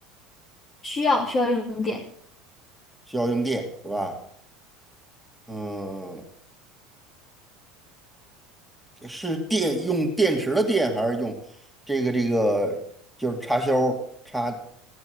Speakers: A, on the left; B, in the centre.
A: 需要需要用电。
B: 需要用电是吧？嗯，是电用电池的电，还是用这个这个就是插销插